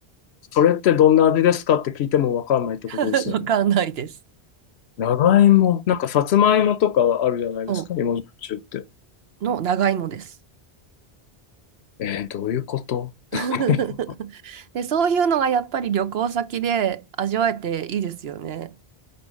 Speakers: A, on the left; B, on the right.
A: それってどんな味ですかって聞いてもわかんないってことですよね。
B: <laughs> わかんないです。
A: 長芋、なんかさつまいもとかあるじゃないですか、
B: そ
A: 芋焼酎って。
B: うの長芋です。
A: えー、どういうこと
B: <laughs>
A: <laughs>
B: で、そういうのがやっぱり旅行先で味わえていいですよね。